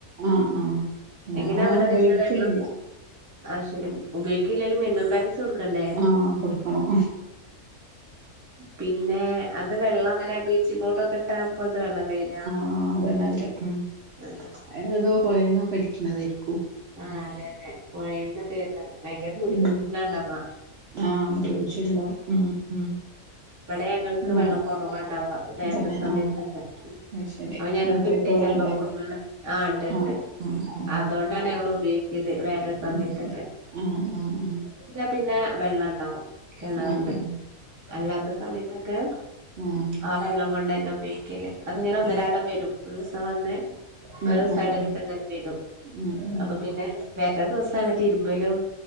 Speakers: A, on the right (about 65°); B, on the right (about 20°).
A: ആ ആ ഞങ്ങളങ്ങനെ
B: എങ്ങനെ അവിടെ
A: ഉപയോഗിക്കലില്ല
B: വരുന്ന വെളളം ആഹ് ശരിയാണ്. ഉപയോഗിക്കില്ലേലും മിനിമം ബാലൻസ് കൊടുക്കണ്ടേ?
A: ആ കൊടുക്കണം
B: പിന്നെ അത് വെള്ളങ്ങനെ ബ്ലീച്ചിംഗ് പൗഡറൊക്കെ ഇട്ട പോലത്തെ വെള്ളല്ലെ വരാ.
A: ആഹ് അതെന്നെ വരാ ഉമ്
B: ആഹ്.
A: അതേതോ പുഴയിന്നോക്കെ അടിക്കണതായിരിക്കും.
B: ആഹ് അതെ അതെ പൊഴേൽന്നൊക്കെ വരുന്ന ഭയങ്കര ഫോഴ്സിലാ
A: ഉം
B: ഉണ്ടവാ.
A: ആ ചുരിദാർ ഉം ഉം
B: ഇവിടെ ഞങ്ങൾക്ക് വെള്ളം
A: ആ
B: കുറവാ ഉണ്ടാവാ വേനൽ
A: തന്നെ
B: സമയത്തൊക്കെ.
A: ആഹ് അത് ശരി
B: അപ്പ ഞങ്ങൾക്ക്
A: അപ്പഴക്ക്
B: ഇണ്ട്
A: വെള്ളണ്ടോ
B: ചപ്പം കുടിവെളളം ആ ഇണ്ട് ഇണ്ട്
A: ആഹ് ആഹ് ആഹ്
B: അതുകൊണ്ട് ഇതാണ് ഞങ്ങൾ ഉപയോഗിക്കൽ വേറൊരു സമയത്തൊക്കെ
A: ആഹ് ശരി ആഹ് ആഹ്
B: മഴ പെയ്താ പിന്നെ വെള്ളണ്ടാവും കെണറ്ല്
A: ആഹ് ആഹ്
B: അല്ലാത്ത സമയത്തൊക്കെ
A: ഉം
B: ആ
A: ഉം
B: വെള്ളം കൊണ്ട് തന്നെ ഉപയോഗിക്കല് അതിങ്ങനെ
A: ആഹ്
B: ഒന്നരാടം വരും ഒരു ദിവസം വന്ന്
A: അത് ശരി
B: ഓരോ ദിവസം
A: ആഹ് ആഹ് ആഹ്
B: ഇടവിട്ട അങ്ങനെ വരും
A: ഉം ഉം
B: അപ്പൊ പിന്നെ വേറെ ദിവസാണ് തിരുമ്പലും